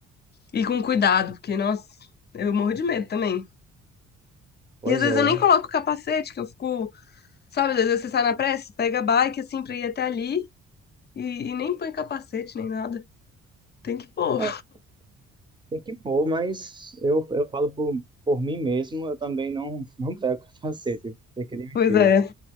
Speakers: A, on the left; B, on the right.
A: e com cuidado, porque, nossa, eu morro de medo também.
B: Pois
A: E às vezes
B: é.
A: eu nem coloco o capacete, que eu fico, sabe, às vezes você sai na pressa, pega a bike assim pra ir até ali e, e nem põe capacete nem nada. Tem que pôr.
B: É, tem que pôr, mas eu, eu falo por, por mim mesmo, eu também não, <laughs> não pego capacete, tem que admitir.
A: Pois é.